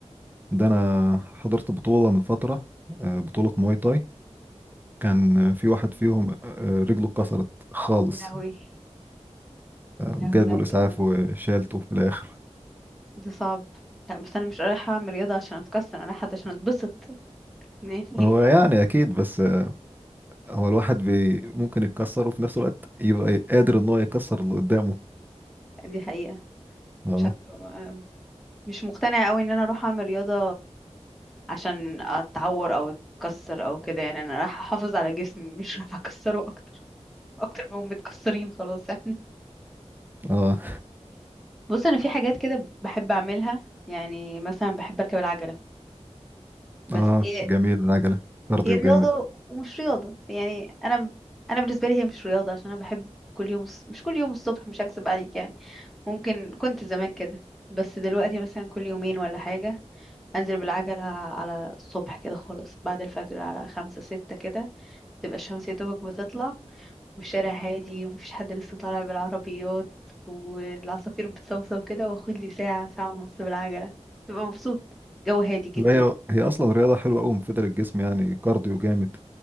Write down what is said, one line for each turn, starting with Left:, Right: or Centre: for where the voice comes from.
Right: ده انا حضرت بطوله من فتره آه، بطوله مواي تاي كان في واحد فيهم آه، رجله اتكسرت خالص
Centre: يا لهوي يا
Right: جابوا
Centre: لهوي لا أو
Right: الاسعاف
Centre: بيبقى-
Right: وشالته في الاخر
Centre: ده صعب لا بس انا مش رايحه اعمل رياضه عشان اتكسر انا رايحه عشان اتبسط <laughs> يعني
Right: هو يعني اكيد بس هو الواحد بي ممكن يتكسر وفي نفس الوقت يبقى قادر ان هو يكسر اللي قدامه
Centre: دي حقيقه
Right: اه
Centre: مش عارفه ما- مش مقتنعه قوي ان انا اروح اعمل رياضه عشان اتعور او اتكسر او كده يعني انا رايحه احافظ على جسمي مش رايحه اكسره اكتر اكتر ما هم متكسرين خلاص احنا
Right: اه
Centre: بص انا في حاجات كده بحب اعملها يعني مثلا بحب اركب العجله بس
Right: اه
Centre: دي
Right: جميل العجله كارديو
Centre: هي رياضة
Right: جامد
Centre: ومش رياضة يعني أنا أنا بالنسبة لي هي مش رياضة عشان أنا بحب كل يوم الص- مش كل يوم الصبح مش هكذب عليك يعني ممكن كنت زمان كده بس دلوقتي مثلا كل يومين ولا حاجة أنزل بالعجلة على الصبح كده خالص بعد الفجر على خمسة ستة كده تبقى الشمس يا دوبك بتطلع والشارع هادي ومفيش حد لسه طالع بالعربيات والعصافير بتصوصو كده واخد لي ساعة ساعة ونص بالعجلة تبقى مبسوط الجو هادي جدا
Right: لا هي هي اصلا رياضه حلوه قوي مفيده للجسم يعني كارديو جامد